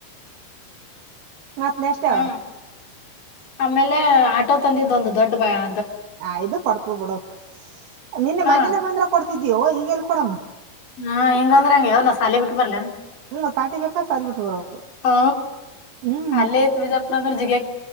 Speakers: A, on the right; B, on the left.
A: ಮತ್ ನ ಅಷ್ಟ ಯಾವದು
B: ಹ್ಮ್ ಆಮೇಲೆ ಆಟೋ ತಂದಿದ್ದ ಒಂದು ದೊಡ್ಡ ಬ ಅ
A: ಹ ಇದು ಕೊಡ್ತ ಬಿಡು ನಿನ್ನೆ
B: ಹಾ
A: ಮನೆನ ಬಂದ್ರ ಕೊಡ್ತಿದ್ಯೋ ಈಗಲ್ ಕೊಡಮ್ಮ
B: ಹಾ ಹಿಂಗಂದ್ರ ಹಂಗಗೆ ಯವ್ನ ಸಾಲಿ ಬಿಟ್ಟ ಬರ್ಲನ್
A: ಹ್ಮ್ ಪಾರ್ಟಿ ಬೇಕಾ ಸಲ್ ಬಿಟ್ಟು ಬರೋಕು
B: ಹ
A: ಹ್ಮ್
B: ಅಲ್ಲ ತಿಪರಫರ ಜಗ